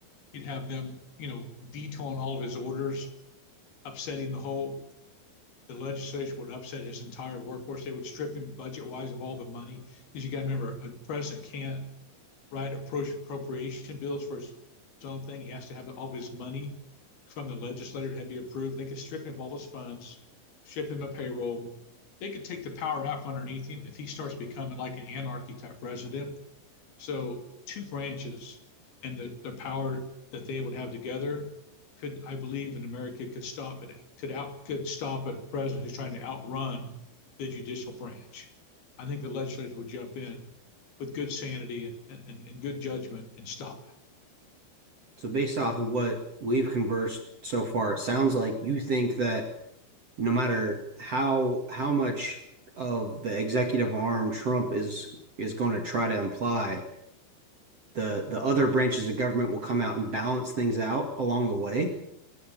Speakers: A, on the left (about 55°); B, on the right (about 45°).
A: he'd have them you know vetoing all of his orders, upsetting the whole. The legislature would upset his entire workforce. They would strip him budget wise of all the money because you got to remember a president can't right, approach appropriation bills for his own thing. He has to have all of his money from the legislature to be approved. They could strip him of all his funds, strip him of payroll. They could take the power out from underneath him if he starts becoming like an anarchy type president. So two branches and the, the power that they would have together could, I believe, in America could stop it could out could stop a president who's trying to outrun the judicial branch. I think the legislature would jump in with good sanity and, and, and good judgment and stop it.
B: So, based off of what we've conversed so far, it sounds like you think that no matter how how much of the executive arm Trump is is going to try to imply, the the other branches of government will come out and balance things out along the way.